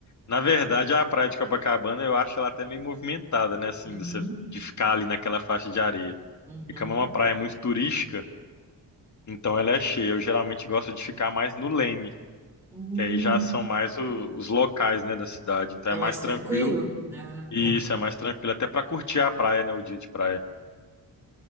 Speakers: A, on the left (about 40°); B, in the centre.
A: Na verdade, a praia de Copacabana eu acho ela até meio movimentada, né? Assim,
B: Uhum,
A: de, você, de ficar ali naquela faixa de areia.
B: uhum.
A: E como é uma praia muito turística, então ela é cheia. Eu geralmente gosto de ficar mais no Leme,
B: Hum,
A: que aí já são mais o- os locais, né, da cidade. Então
B: é
A: é mais
B: mais
A: tranquilo.
B: tranquilo? Ah,
A: E
B: tá.
A: isso é mais tranquilo até para curtir a praia, né? O dia de praia